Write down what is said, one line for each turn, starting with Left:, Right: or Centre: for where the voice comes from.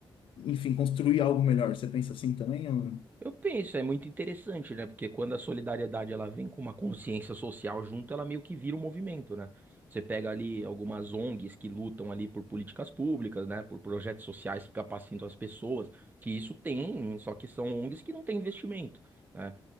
Left: enfim, construir algo melhor. Você pensa assim também? ou-
Right: Eu penso, é muito interessante, né? Porque quando a solidariedade ela vem com uma consciência social junto, ela meio que vira um movimento, né? Você pega ali algumas ONGs que lutam ali por políticas públicas, né? Por projetos sociais que capacitam as pessoas, que isso tem, só que são ONGs que não têm investimento, né?